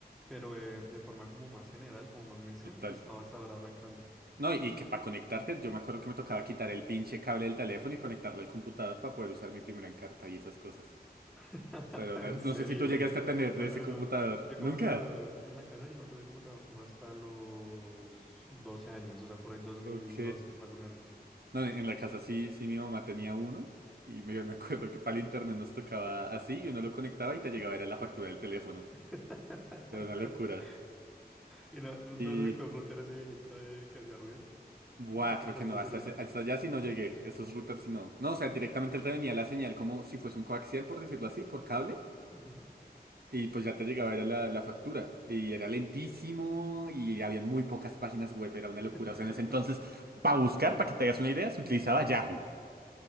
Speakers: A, in the centre; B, on the right.
A: pero eh, de forma como más general, como más mainstream,
B: total
A: estaba hasta ahora arrancando.
B: No, y y que para conectarte, yo me acuerdo que me tocaba quitar el pinche cable del teléfono y conectarlo al computador para poder usar mi primera Encarta y esas cosas.
A: <laughs>
B: O sea, era
A: En
B: una- No
A: serio,
B: sé si tú llegaste a tener
A: no,
B: de
A: no,
B: ese computador.
A: no. Yo computador,
B: ¿Nunca?
A: en la casa yo no tuve computador como hasta los 12 años, o sea, por ahí dos mil
B: Ok.
A: doce más o menos.
B: No, en en la casa sí, sí mi mamá tenía uno y me, me acuerdo que para el internet nos tocaba así y uno lo conectaba y te llegaba era la factura del teléfono.
A: <laughs>
B: Era una locura.
A: Y no, no
B: Y...
A: no te tocó el router ese viejito de- que hacía ruido,
B: Buah,
A: ¿nunca cansaste
B: creo que no,
A: de hacer
B: hasta,
A: eso?
B: ese- hasta allá sí no llegué, esos routers sí no. No, o sea, directamente él te venía la señal como si fuese un coaxial, por decirlo así, por cable.
A: Ujú.
B: Y pues ya te llegaba era la, la factura. Y era lentísimo y habían muy pocas páginas web. Era una
A: <laughs>
B: locura. O sea, en ese entonces, para buscar, para que te hagas una idea, se utilizaba Yahoo.